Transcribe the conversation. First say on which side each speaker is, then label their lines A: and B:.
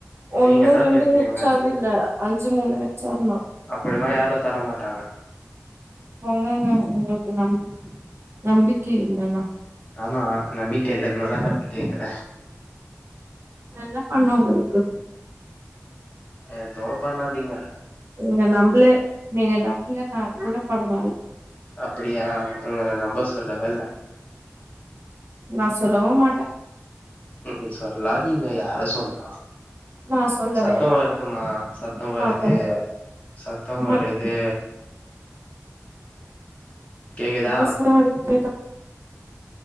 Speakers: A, on the right (about 60°); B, on the left (about 25°).
A: ஒண்ணு
B: நீங்க தா
A: ரெண்டு
B: பேசுறீங்க
A: ஹெச் ஆரூ இல்ல அஞ்சு மூணு ஹெச் ஆர்னா
B: அப்படிலா யாரு தரமாட்டாங்க
A: போங்க எங்க உங்களுக்கு நம் நம்பிக்கை இல்லன்னா
B: ஆமா நம்பிக்க இல்ல <inaudible> தான அப்டி கேக்கற
A: நா என்ன பண்ணு உங்களுக்கு
B: ஏதோ பண்ணாதிங்க
A: நீங்க நம்லே நீங்க நம்லேனா கூட பரவால்ல
B: அப்படியா உங்கள நம்ப சொல்லவே இல்ல
A: நா சொல்லவு மாட்ட
B: ம் சொல்லாதீங்க யார சொன்னா
A: நா சொல்லவே
B: சத்தோ
A: மாட்டே
B: வருதுமா சத்தோ வருது
A: நா சொல்லவே
B: சத்தோ
A: மாட்டே
B: வருது கேக்குதா
A: <inaudible>